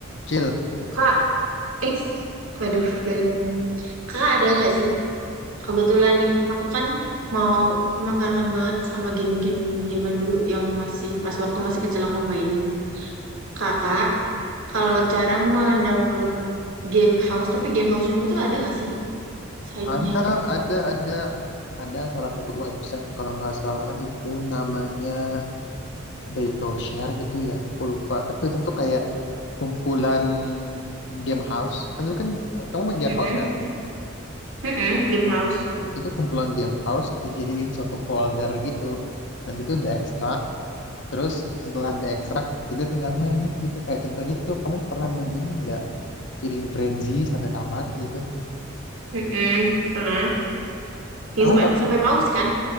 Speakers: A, on the left; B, on the right.
A: Cil,
B: Kak, eh, waduh, bareng nih. Kakak ada nggak sih? Kebetulan nih, aku kan mau emang kangen banget sama game-game zaman dulu yang masih pas waktu masih kecil aku mainin. Kakak, kalau cara mendownload game house, tapi game house dulu tuh ada nggak sih site-nya
A: ada,
B: gitu?
A: ada, ada, ada salah satu website kalau nggak salah itu namanya Day Share gitu ya, aku lupa. Tapi itu tuh kayak kumpulan game house. Kan dulu kan eh, kamu main game
B: Mm-mm,
A: house kan?
B: mm-mm, game house.
A: Nah, itu tuh kumpulan game house dijadiin satu folder gitu. Dan itu diekstrak. Terus setelah diekstrak kita tinggal mainin gitu. Kayak contohnya tuh kamu pernah main ini nggak? Feeding Frenzy sampai tamat gitu.
B: Mm-mm, pernah. Yang
A: Kamu
B: sampai
A: paling,
B: sampai paus kan?